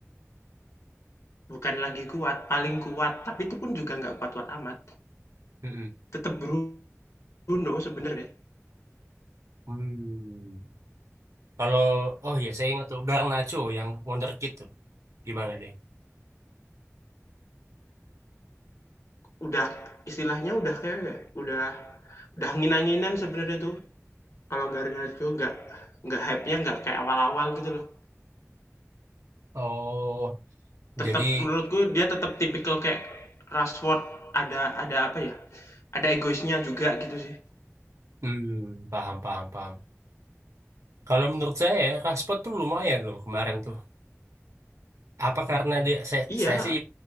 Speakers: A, on the left; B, on the right.
A: Bukan lagi kuat, paling kuat, tapi itu pun juga nggak kuat-kuat amat.
B: Hmm.
A: Tetap Bruno sebenarnya.
B: Hmm. Kalau oh ya saya ingat tuh Garnacho yang Wonderkid tuh gimana dia?
A: Udah istilahnya udah kayak udah udah angin-anginan sebenarnya tuh. Kalau Garnacho nggak nggak hype-nya nggak kayak awal-awal gitu loh.
B: Oh,
A: Tetap
B: jadi
A: menurutku dia tetap tipikal kayak Rashford ada ada apa ya? Ada egoisnya juga gitu sih.
B: hmm, paham paham paham. Kalau menurut saya ya, Rashford tuh lumayan loh kemarin tuh. Apa karena dia saya,
A: Iya,
B: saya sih